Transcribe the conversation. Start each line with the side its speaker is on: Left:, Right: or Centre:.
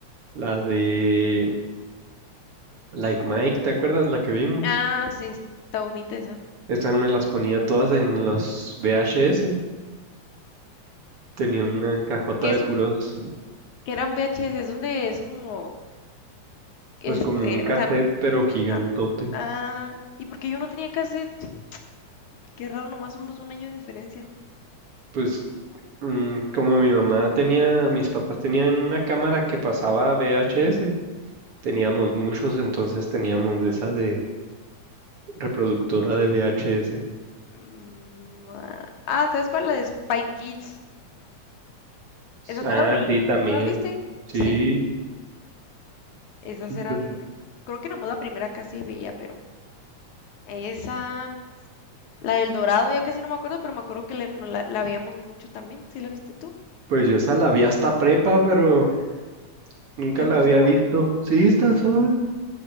Right: la de Like Mike, ¿te acuerdas la que vimos?
Left: ah, sí, está bonita esa.
Right: Estas me las ponía todas en los VHS. Tenía
Left: Mm,
Right: una cajota
Left: que
Right: de
Left: es
Right: puros,
Left: un, que era un VHS, es donde es como, este,
Right: pues como un cassette,
Left: o sea,
Right: pero gigantote.
Left: ah, ah, ¿y porque yo no tenía cassette? Qué raro, nomás somos un año de diferencia.
Right: Pues mm, como mi mamá tenía, mis papás tenían una cámara que pasaba VHS, teníamos
Left: Ujú.
Right: muchos, entonces teníamos de esa de reproductora de VHS.
Left: Mm, ah, ah, ¿sabes cuál? La de Spy Kids. Esas
Right: Ah,
Left: no las veí,
Right: sí,
Left: ¿tú
Right: también.
Left: no las viste?
Right: Sí,
Left: Sí, esas
Right: sí,
Left: eran,
Right: también.
Left: creo que nomás la primera casi veía, pero esa... La del Dorado, ya casi no me acuerdo, pero me acuerdo que le- no, la, la veíamos mucho también. ¿Sí la viste tú?
Right: Pues yo esa la vi hasta prepa, pero nunca
Left: ¿Y te
Right: la
Left: gustó
Right: había visto.
Left: o no?
Right: Sí, está suave.